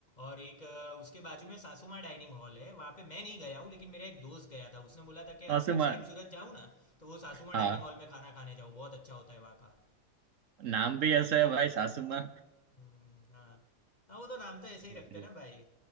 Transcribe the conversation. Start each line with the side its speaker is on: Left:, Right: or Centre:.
Left: और एक अ, उसके बाजू में सासुमा डाइनिंग हॉल है वहाँ पे मैं नहीं गया हूँ लेकिन मेरा एक दोस्त गया था उसने बोला था कि
Right: सासुमा
Left: अब नेक्स्ट टाइम सूरत जाऊँ ना तो वो सासुमा
Right: हाँ
Left: डाइनिंग हॉल में खाना खाने जाओ बहुत अच्छा होता है वहाँ का
Right: नाम भी ऐसा है भाई सासुमा
Left: हम्म, हाँ हाँ वो तो नाम तो ऐसे
Right: बढ़िया
Left: ही रखते
Right: बढ़िया।
Left: हैं ना भाई